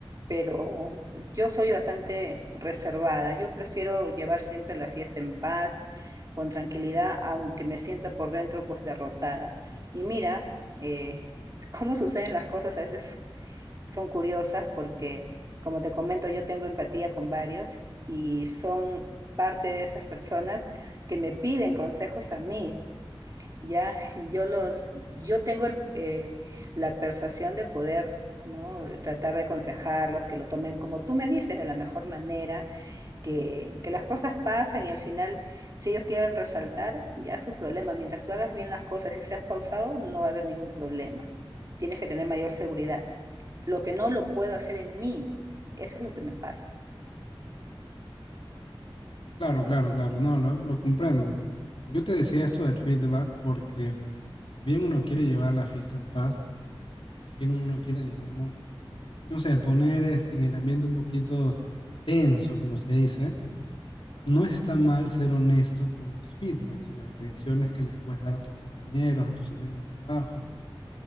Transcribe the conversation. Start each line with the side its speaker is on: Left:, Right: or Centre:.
Right: pero yo soy bastante reservada. Yo prefiero llevar siempre la fiesta en paz, con tranquilidad, aunque me sienta por dentro pues derrotada. Y mira, eh, <laughs> cómo suceden las cosas a veces son curiosas porque, como te comento, yo tengo empatía con varios y son parte de esas personas que me piden consejos a mí, ¿ya? <laughs> Y yo los, yo tengo el, eh, la persuasión de poder, ¿no? de Tratar de aconsejarlos, que lo tomen como tú me dices, de la mejor manera que, que las cosas pasan y al final, si ellos quieren resaltar, ya es su problema. Mientras tú hagas bien las cosas y seas pausado, no va a haber ningún problema. Tienes que tener mayor seguridad. Lo que no lo puedo hacer en mí, eso es lo que me pasa.
Left: Claro, claro, claro. No, lo, lo comprendo. Yo te decía esto del feedback porque si bien uno quiere llevar la fiesta en paz, si bien uno quiere, digamos, no sé, poner este, en el ambiente un poquito tenso, como se dice, No está mal ser honesto con los feedbacks o las revisiones que les puedes dar a tus compañeros, a tus amigos de trabajo,